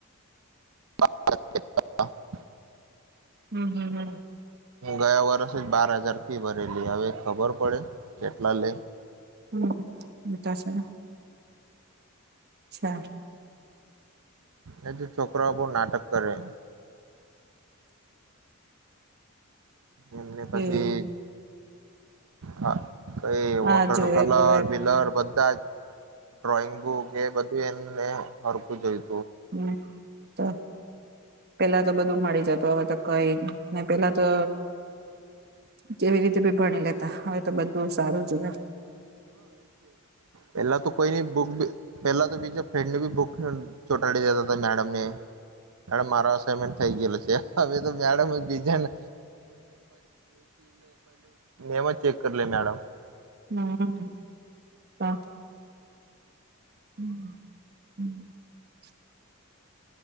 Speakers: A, on the right; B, on the right.
A: <inaudible>
B: હમ હમ હમ
A: હું ગયા વર્ષ જ બાર હજાર ફી ભરેલી. હવે ખબર પડે કેટલા લે.
B: હમ એ તો છેને અચ્છા.
A: એજ છોકરાઓ બવ નાટક કરે. એમને પછી
B: એ
A: હા. કઈ
B: હા
A: વોટર
B: જોએ
A: કલર
B: તો
A: પિલર <unintelligible> ડ્રોઈંગ બુક એ બધું એમ વે હરખુ જોઈ
B: હમ્મ, તો પેલા તો બધું મળી જતો હવે તો કઈ ને પેલા તો કેવી રીતે બી ભણી લેતા હવે તો બધું સારું જો ને
A: પેલા તો કોઈની બુક પહેલા તો બીજા ફ્રેન્ડ ની બુક ચોંટાડી દેતા તા મેડમ ને મેડમ મારુ અસાઇમેન્ટ થઈ ગયેલું છે હવે તો મેડમ જ બીજાને એમાં ચેક કર લે મેડમ
B: <unintelligible> <unintelligible>